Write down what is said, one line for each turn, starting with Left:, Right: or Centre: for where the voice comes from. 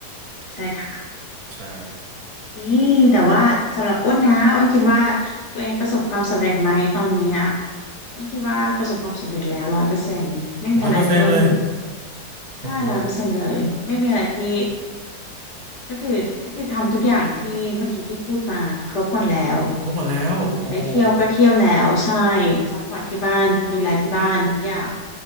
Left: ใช่ค่ะ
Right: ใช่
Left: ที่แต่ว่าสำหรับอ้นนะอ้นคิดว่าตัวเองประสบความสำเร็จไหมตอนเนี้ยอ้นคิดว่าประสบความสำเร็จแล้วร้อยเปอร์เซ็นต์ไม่มีอะไรที่อ้น
Right: ร้อยเปอร์เซ็นต์เลยโอ้โห
Left: ใช่ร้อยเปอร์เซ็นต์เลยไม่มีอะไรที่ ก็คือก็คือทำทุกอย่างที่เมื่อกี้ที่พูดมาครบหมดแล้ว
Right: พบหมดแล้วโอ้โห
Left: เออได้เที่ยวก็เที่ยวแล้วใช่ซัพพอร์ตที่บ้านดูแลที่บ้านทุกอย่าง